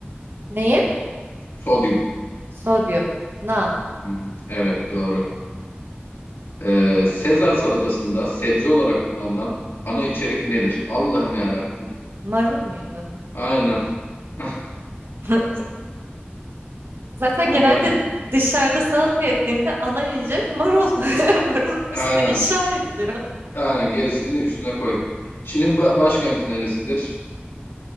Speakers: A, on the right; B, on the left.
A: Neyin?
B: Sodyum.
A: Sodyum. Na.
B: Hı hı. Evet doğru. Ee, Sezar salatasında sebze olarak kullanılan ana içerik nedir? Allah'ım yarabbim.
A: Marul muydu?
B: Aynen. <laughs>
A: <laughs> Zaten
B: Bunu
A: genelde
B: ben
A: dışarıda salata yediğinde ana yiyecek marul. <laughs> Marulun
B: aynen.
A: üstüne inşa ediliyor.
B: Aynen gerisini üstüne koy. Çin'in ba- başkenti neresidir?